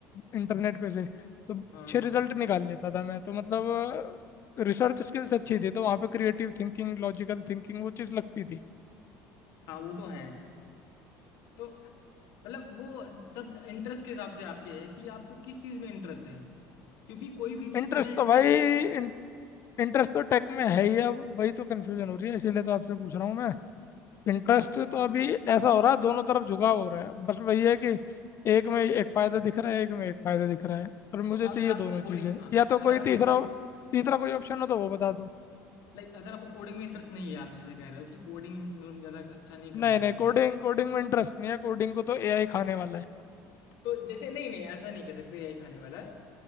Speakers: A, on the left (about 40°); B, on the left (about 65°).
A: इंटरनेट पे से तो अच्छे
B: हाँ हाँ
A: रिजल्ट निकाल लेता था मैं तो मतलब रिसर्च स्किल्स अच्छी थी तो वहाँ पे क्रिएटिव थिंकिंग लॉजिकल थिंकिंग वो चीज लगती थी
B: हाँ वो तो है तो मतलब वो सब इंटरेस्ट के हिसाब से आपके है कि आपको किस चीज में इंटरेस्ट है क्योंकि कोई भी चीज
A: इंटरेस्ट
B: बिना इंटरेस्ट
A: तो भाई
B: के
A: इंटरेस्ट तो टेक में है ही अब वही तो कन्फ्यूजन हो रही है इसीलिए तो आपसे पूछ रहा हूँ मैं इंटरेस्ट
B: तो
A: तो अभी ऐसा हो रहा है दोनों तरफ झुकाव हो रहा है बस वही है कि एक में एक फायदा दिख रहा है एक में एक फायदा दिख रहा है पर
B: तो
A: मुझे
B: अगर
A: चाहिए
B: आपको
A: दोनों
B: कोडिंग
A: चीजें
B: हाँ
A: या तो
B: अगर
A: कोई
B: आप
A: तीसरा
B: कोडिंग
A: तीसरा कोई ऑप्शन हो तो वो बता दो
B: लाइक अगर आपको कोडिंग में इंटरेस्ट नहीं है आप जैसे कह रहे हो कि कोडिंग मतलब ज्यादा अच्छा नहीं करना
A: नहीं
B: लगता
A: नहीं कोडिंग कोडिंग में इंटरेस्ट नहीं है कोडिंग को तो एआई खाने वाला है
B: तो जैसे नहीं नहीं ऐसा नहीं कह सकते यही खाने वाला है